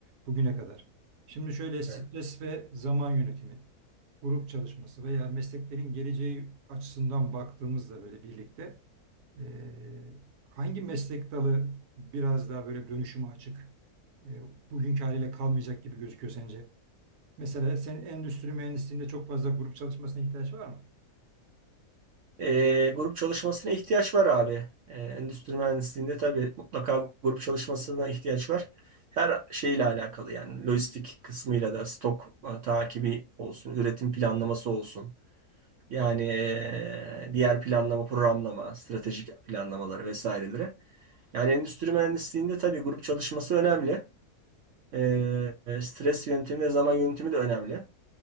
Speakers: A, on the right (about 80°); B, on the right (about 65°).
A: bugüne kadar. Şimdi şöyle stres
B: Evet.
A: ve zaman yönetimi, grup çalışması veya mesleklerin geleceği açısından baktığımızda böyle birlikte e, hangi meslek dalı biraz daha böyle dönüşüme açık, e, bugünkü haliyle kalmayacak gibi gözüküyor sence? Mesela sen endüstri mühendisliğinde çok fazla grup çalışmasına ihtiyaç var mı?
B: Ee, grup çalışmasına ihtiyaç var abi. Ee, endüstri mühendisliğinde tabii mutlaka grup çalışmasına ihtiyaç var. Her şeyle alakalı yani lojistik kısmıyla da stok e, takibi olsun, üretim planlaması olsun. Yani e, diğer planlama, programlama, stratejik planlamaları vesaireleri. Yani endüstri mühendisliğinde tabii grup çalışması önemli. Ee, stres yönetimi ve zaman yönetimi de önemli.